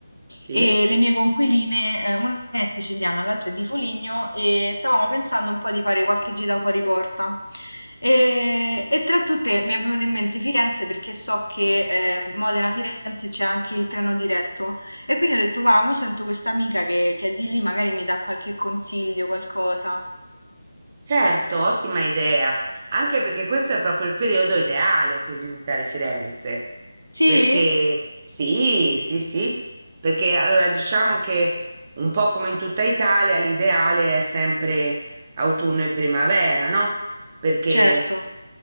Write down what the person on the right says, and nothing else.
Sì?
Certo, ottima idea, anche perché questo è proprio il periodo ideale per visitare Firenze,
perché sì, sì, sì, perché allora diciamo che un po' come in tutta Italia l'ideale è sempre autunno e primavera, no? Perché